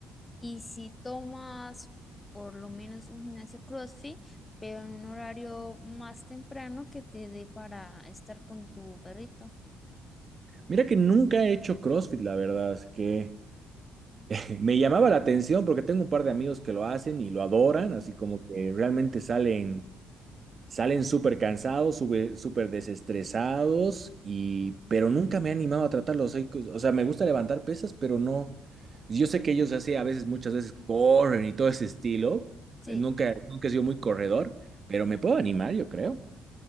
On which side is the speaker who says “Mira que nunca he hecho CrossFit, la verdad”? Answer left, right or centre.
Right